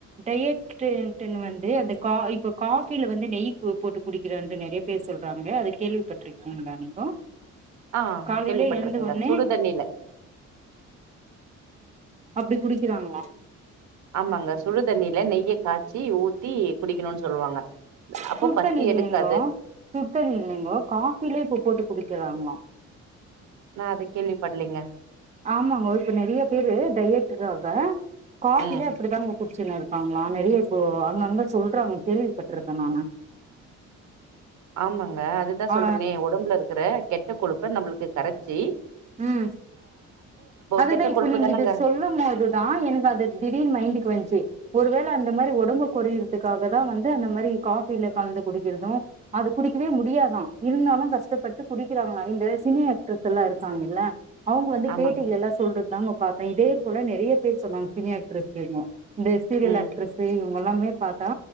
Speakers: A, on the right; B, on the right.
A: டயட்டுன்ட்டுன் வந்து அந்த இப்ப காஃபில வந்து நெய் போ போட்டு குடிக்கிறன்டு நெறைய பேர் சொல்றாங்க அது கேள்விப்பட்ருக்கிங்ளா நீங்கோ
B: ஆ
A: காலையில
B: கேள்விப்பட்ருக்கங்க
A: எழுந்த ஒட்னே
B: சுடுதண்ணில
A: அப்படி குடிக்கிறாங்ளா
B: ஆமாங்க சுடுதண்ணில நெய்ய காச்சி ஊத்தி குடிக்கணுனு சொல்லுவாங்க அப்போ
A: சுடுதண்ணி
B: பசி
A: இல்லேங்கோ
B: எடுக்காது
A: சுடுதண்ணி இல்லேங்கோ காஃபிலே இப்ப போட்டு குடிக்கிறாங்கோ
B: நா அது கேள்விபடுலிங்க
A: ஆமாங்கோ இப்ப நெறையா பேரு டயட்டுக்காக காஃபில
B: ம்
A: அப்படித்தாங்க குடிச்சினு இருக்காங்ளா நெறைய இப்போ அங்கங்க சொல்றாங்க கேள்விப்பட்ருக்கே நானு
B: ஆமாங்க அதுதா சொல்றனே
A: ஆ
B: ஒடம்புல இருக்கிற கெட்ட கொழுப்ப நம்மளுக்கு கரைச்சி
A: ம் அதுதான்
B: கெட்ட
A: இப்ப
B: கொழுப்பு
A: நீங்க
B: தானங்க
A: இது சொல்லும் போதுதான் எனக்கு அது திடீர் மைண்டுக்கு வந்துச்சு ஒருவேளை அந்த மாதிரி உடம்பு குறையறதுக்காக தான் வந்து அந்த மாதிரி காஃபில கலந்து குடிக்கிறதும் அது குடிக்கவே முடியாதான் இருந்தாலும் கஷ்டப்பட்டு குடிக்கிறாங்க இந்த சினி ஆக்ட்ரஸ் எல்லாம் இருக் இருப்பாங்கல்ல அவங்க வந்து
B: ஆமாங்க
A: பேட்டிகள் எல்லாம் சொல்றது தாங்க பார்த்தேன் இதே நிறைய பேர் சொன்னாங்க சினி ஆக்டரஸ்க்கும் இந்த சீரியல்
B: ம்
A: ஆக்ட்ரஸு எல்லாமே பாத்தா